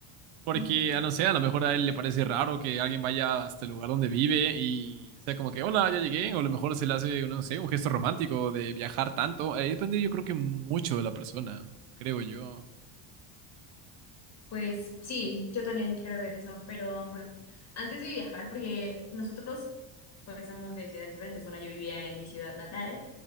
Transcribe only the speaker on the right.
porque,
a no sé, a lo mejor a él le parece raro que alguien vaya hasta el lugar donde vive y sea como que, hola, ya llegué, o a lo mejor se le hace, no sé, un gesto romántico de viajar tanto, ahí depende yo creo que mucho de la persona, creo yo,